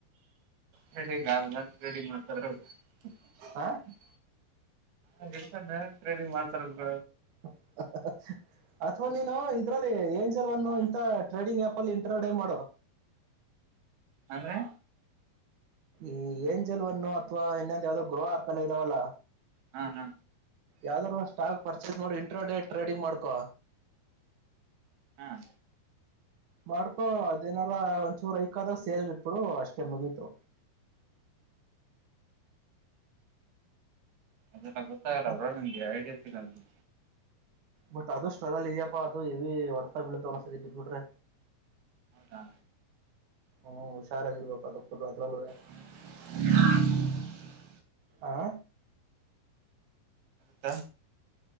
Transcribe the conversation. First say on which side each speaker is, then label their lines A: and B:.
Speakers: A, on the right (about 80°); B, on the right (about 55°).
A: ಹ್ಮ ರೆಡಿ ಮಾಡ್ತಾರೆ <unintelligible>
B: ಹ
A: ಅದು ಇಟ್ಕೊಂಡೆ ಟ್ರೇನಿಂಗ್ ಮಾಡ್ತರೆ ಅದ್
B: <unintelligible> ಅಥವಾ ನೀನು ಇದ್ರಲ್ಲಿ ಏಂಜಲ್ ಒನ್ ಇಂಥ ಟ್ರೇಡಿಂಗ್ ಆಪ್ ಅಲ್ಲಿ ಇಂಟ್ರೊಡೆವ್ ಮಾಡು.
A: ಅಂದ್ರೆ
B: ಈ ಏಂಜಲ್ವನ್ನು ಅಥವಾ ಇನ್ನೊಂದ ಯಾವವುದೋ ಗ್ರೋಹ ಆಪ್ ಎಲ್ಲ ಇದಾವಲ್ಲ.
A: ಹಾ ಹಾ
B: ಯಾವ್ದಾದ್ರು ಸ್ಟಾಲ್ ಪರ್ಚೇಸ್ ಮಾಡಿ ಇಂಟ್ರ ಡೇ ರೆಡಿ ಮಾಡ್ಕೋ.
A: ಹ್ಮ
B: ಮಾಡ್ಕೊ ಅದೇನಾರ ಒಂಚೂರು ಐಕ್ ಆದಾಗ ಸೇಲ್ ಇಟ್ಬಿಡು ಅಷ್ಟೇ ಮುಗೀತು.
A: ಅದೆಲ್ಲ ಗೊತ್ತಾಗಲ್ಲ
B: ಹ
A: ಬ್ರೋ ನಂಗೆ ಐಡಿಯಾ ಸಿಗಲ್ಲ.
B: ಬಟ್ ಅದು ಸ್ಟ್ರಗಲ್ ಇದ್ಯಪ್ಪಾ ಅದು ಯವಿ ಹೊಡ್ತ ಬೀಳತವ್ ಒಂದೊಂದು ಸರಿ ಬಿದ್ಬಿಟ್ರೆ.
A: ಹಾ
B: ಹ್ಮ್ ಹುಷಾರಾಗಿರ್ಬೇಕು ಅದ ಕೊಟ್ಟ ಅದ್ರಲುವೇ.
A: <inaudible>
B: ಆ
A: ತ್ತ